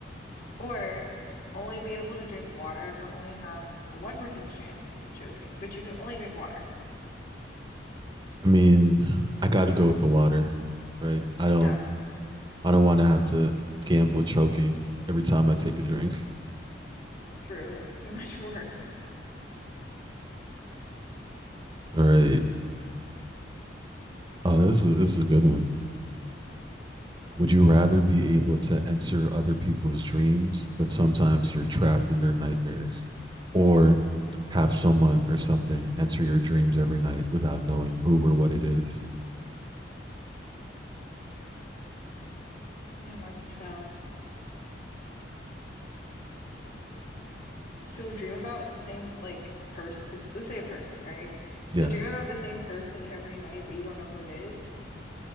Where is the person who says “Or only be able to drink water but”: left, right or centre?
Left